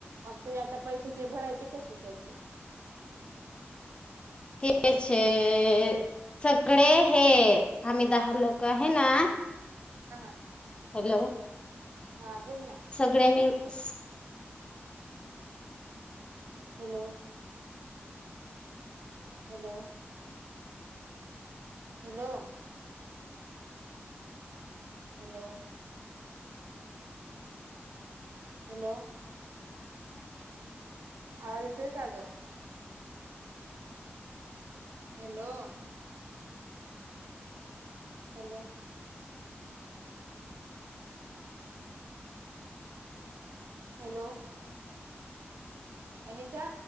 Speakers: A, on the right; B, on the left.
A: मग ते आता त्याज्या पैसे ते भरायचे कशे त्याचे?
B: तेच आहे सगळे हे आम्ही दहा लोकं आहे ना
A: हा हा
B: हॅलो
A: हा बोल ना.
B: गडे मिल्स
A: hello hello hello hello hello आवाज येतोय का गं? Hello hello. हॅलो अनिता